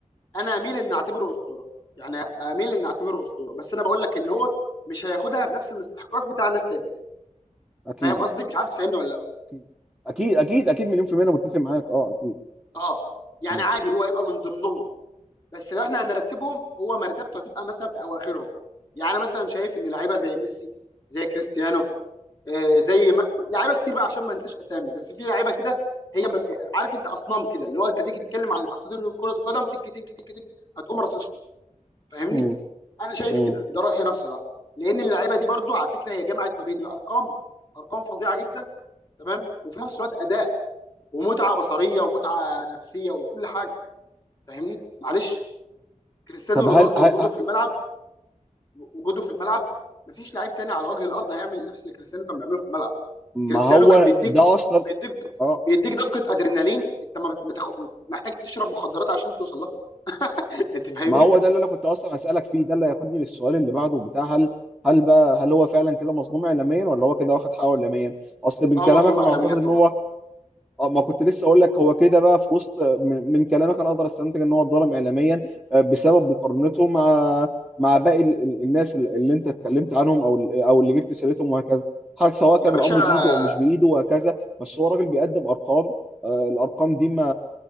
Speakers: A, on the left; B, in the centre.
A: انا اميل ان اعتبره اسطوره يعني اميل ان اعتبره اسطوره بس انا بقول لك ان هو مش هياخدها بنفس الاستحقاق بتاع ناس تانية
B: اكيد
A: فاهم قصدي مش عارف تفهمني ولا لا
B: اكيد اكيد اكيد اكيد مليون في المية انا متفق معاك اه اكيد
A: اه يعني
B: م.
A: عادي هو يبقى من ضمنهم بس لو احنا هنرتبهم هو مرتبته هتبقى مثلا في اواخرهم يعني أنا مثلا شايف ان لعيبه زي ميسي زي كريستيانو آه زي ما... لعيبه كتير بقى عشان ما ننساش اسامي بس في لعيبه كده هي ب- عارف انت اصنام كده اللي هو انت تيجي تتكلم عن اساطير كره القدم تك تك تك تك هتقوم رصصهم فاهمني
B: م.
A: انا شايف
B: م.
A: كده ده رايي انا بصراحه لان اللعيبه دي برضو على فكره هي جمعت ما بين الارقام ارقام فظيعه جدا تمام وفي نفس الوقت اداء ومتعه بصريه ومتعه نفسيه وكل حاجه فاهمني معلش كريستيانو
B: طب
A: رونالدو
B: هل هل
A: وجوده في الملعب وجوده في الملعب مفيش لعيب تاني على وجه الارض هيعمل نفس اللي كريستيانو كان بيعمله في الملعب
B: ما
A: كريستيانو
B: هو
A: كان بيديك
B: ده اصلا
A: بيديك
B: اه
A: بيديك دفقه ادرينالين انت ما بتخ... محتاج تشرب مخدرات عشان توصل لها انت فاهمني
B: ما هو ده اللي انا كنت اصلا اسالك فيه ده اللي هياخدني للسؤال اللي بعده بتاع هل هل بقى هل هو فعلا كده مظلوم اعلاميا ولا هو كده واخد حقه اعلاميا اصل من
A: اه
B: كلامك
A: مظلوم اعلاميا
B: انا اعتقد
A: طبعا
B: ان هو اه ما كنت لسه اقول لك هو كده بقى في وسط من, من كلامك انا اقدر استنتج ان هو اتظلم اعلاميا آه، بسبب مقارنته مع مع باقي ال- ال- الناس ال- اللي انت اتكلمت عنهم او ال- او اللي جبت سيرتهم وهكذا حاجه سواء
A: يا
B: كان
A: باشا
B: الامر بايده او مش بايده وهكذا بس هو راجل بيقدم ارقام آه، الارقام دي ما